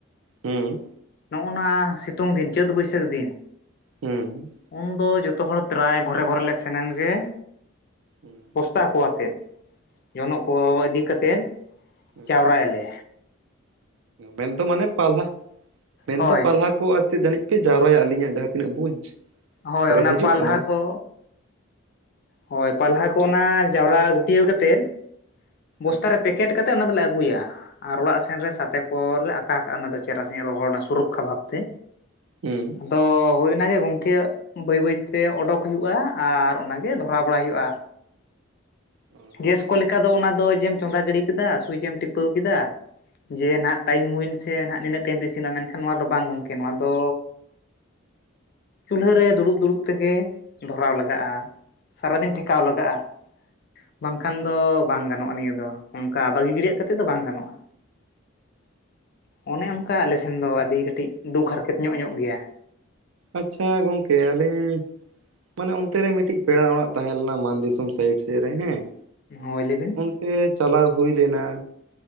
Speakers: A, on the right; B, on the left.
A: ᱦᱩᱸ᱾
B: ᱱᱚᱜᱼᱚᱱᱟ ᱥᱤᱛᱩᱝ ᱫᱤᱱ ᱪᱟᱹᱛ ᱵᱟᱹᱭᱥᱟᱹᱠᱷ ᱫᱤᱱ᱾
A: ᱦᱩᱸ᱾
B: ᱩᱱᱫᱚ ᱡᱚᱛᱚ ᱦᱚᱲ ᱯᱨᱟᱭ ᱜᱷᱚᱨᱮ ᱜᱷᱚᱨᱮ ᱞᱮ ᱥᱮᱱᱮᱱᱜᱮᱼᱼ
A: ᱦᱮᱸ᱾
B: <unintelligible> ᱟᱛᱮᱱ ᱡᱚᱱᱚᱜ ᱠᱚ ᱤᱫᱤ ᱠᱟᱛᱮᱫ
A: ᱦᱩᱸ
B: ᱪᱟᱣᱨᱟᱭᱟᱞᱮ᱾
A: ᱢᱮᱱᱫᱚ ᱢᱟᱱᱮ ᱯᱟᱞᱦᱟ ᱢᱮᱱᱫᱚ
B: ᱦᱳᱭ
A: ᱯᱟᱞᱦᱟ᱾ ᱠᱚ ᱟᱨ ᱪᱮᱫ ᱡᱟᱹᱱᱤᱡ ᱯᱮ ᱡᱟᱣᱨᱟ ᱟᱜ ᱟᱹᱞᱤᱧᱟ ᱡᱟᱦᱟᱸ ᱛᱤᱱᱟᱹᱜ ᱵᱩᱡᱽ
B: ᱦᱳᱭ
A: ᱨᱮ
B: ᱚᱱᱟ
A: ᱦᱤᱡᱩᱜ
B: ᱯᱟᱞᱦᱟ
A: ᱠᱟᱱᱟ
B: ᱠᱚ ᱦᱳᱭ ᱯᱟᱞᱦᱟ ᱠᱚ ᱚᱱᱟ ᱡᱟᱣ ᱨᱟ ᱜᱩᱴᱭᱟᱹᱣ ᱠᱟᱛᱮᱫ ᱵᱚᱥᱛᱟ
A: ᱦᱩᱸ
B: ᱨᱮ ᱯᱮᱠ ᱠᱮᱴ ᱠᱟᱛᱮᱫ ᱚᱱᱟ ᱫᱚ ᱞᱮ ᱟᱹᱜᱩ ᱭᱟ᱾ ᱟᱨ ᱚᱲᱟᱜ ᱥᱮᱱ ᱨᱮ ᱥᱟᱛᱮ ᱠᱚ ᱨᱮ ᱞᱮ ᱟᱠᱟ ᱠᱟᱜᱼᱟ ᱚᱱᱟ ᱫᱚ ᱪᱮᱨᱦᱟ ᱥᱟᱸᱦᱤᱡ ᱨᱚᱦᱚᱲ ᱨᱮᱱᱟᱜ ᱥᱩᱨᱚᱠ ᱠᱷᱟ ᱵᱷᱟᱵ ᱛᱮ
A: <unintelligible>
B: ᱟᱫᱚ ᱦᱩᱭ ᱚᱱᱟ ᱜᱮ ᱜᱚᱝ ᱠᱮ ᱵᱟᱹᱭ ᱵᱟᱹᱭ ᱛᱮ ᱚᱰᱚᱠ ᱦᱩᱭᱩᱜᱼᱟ ᱟᱨ ᱚᱱᱟ ᱜᱮ ᱫᱷᱚᱨᱟᱣ ᱵᱟᱲᱟᱭ ᱦᱩᱭᱩᱜᱼᱟ᱾
A: ᱦᱩᱸ
B: ᱜᱮᱥ ᱠᱚ ᱞᱮᱠᱟ ᱫᱚ ᱚᱱᱟ ᱫᱚ ᱡᱮᱢ ᱪᱚᱸᱫᱟ ᱜᱤᱲᱤ ᱠᱮ ᱫᱟ ᱥᱩᱭᱤᱪ ᱮᱢ ᱴᱤᱯᱟᱹᱣ ᱠᱮᱫᱟ᱾ ᱡᱮ ᱱᱟᱦᱟᱜ ᱴᱟᱭᱤᱢ ᱦᱩᱭ ᱮᱱ ᱥᱮ ᱱᱟᱜ ᱱᱤᱱᱟᱹᱜ ᱴᱟᱭᱤᱢ ᱛᱮ ᱤᱥᱤᱱᱚᱜᱼᱟ᱾ ᱢᱮᱱ ᱠᱷᱟᱱ ᱱᱚᱣᱟ ᱫᱚ ᱵᱟᱝ ᱜᱚᱝᱠᱮ ᱱᱚᱣᱟ ᱫᱚ ᱪᱩᱞᱦᱟᱹ ᱨᱮ ᱫᱩᱲᱩᱵ ᱫᱩᱲᱩᱵ ᱛᱮ ᱜᱮ ᱫᱷᱚᱨᱟᱣ ᱞᱟᱜᱟᱜᱼᱟ ᱥᱟᱨᱟ ᱫᱤᱱ ᱴᱷᱮᱠᱟᱣ ᱞᱟᱜᱟᱜᱼᱟ᱾ ᱵᱟᱝ ᱠᱷᱟᱱ
A: ᱦᱩᱸ
B: ᱫᱚ ᱵᱟᱝ ᱜᱟᱱᱚᱜᱼᱟ᱾ ᱱᱤᱭᱟᱹ ᱫᱚ ᱚᱱᱠᱟ ᱵᱟᱹᱜᱤ ᱜᱤᱲ ᱭᱟᱹᱜ ᱠᱟᱛᱮᱫ ᱫᱚ ᱵᱟᱝ ᱜᱟᱱᱚᱜᱼᱟ᱾ ᱚᱱᱮ ᱚᱱᱠᱟ ᱟᱞᱮ ᱥᱮᱱ ᱫᱚ ᱟᱹᱰᱤ ᱠᱟᱹᱴᱤᱡ ᱫᱩᱠ ᱦᱟᱨ ᱠᱮᱛ ᱧᱚᱜ ᱧᱚᱜ ᱜᱮᱭᱟ᱾
A: ᱟᱪᱪᱷᱟ ᱜᱚᱝᱠᱮ ᱟᱹᱞᱤᱧ ᱢᱟᱱᱮ ᱚᱱᱛᱮ ᱨᱮ ᱢᱤᱫ ᱴᱤᱡ ᱯᱮᱲᱟ ᱚᱲᱟᱜ ᱛᱟᱦᱮᱸ ᱞᱮᱱᱟ᱾ ᱢᱟᱱ ᱫᱤᱥᱚᱢ ᱥᱟᱭᱤᱰ ᱥᱮᱫ ᱨᱮ ᱦᱮᱸ
B: ᱦᱳᱭ ᱞᱟᱹᱭ ᱵᱤᱱ
A: ᱛᱮ ᱪᱟᱞᱟᱣ ᱦᱩᱭ ᱞᱮᱱᱟ᱾